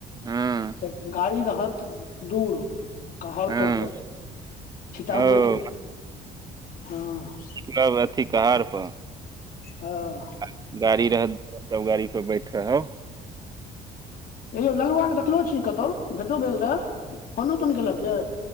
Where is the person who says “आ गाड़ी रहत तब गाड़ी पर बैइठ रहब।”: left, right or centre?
Right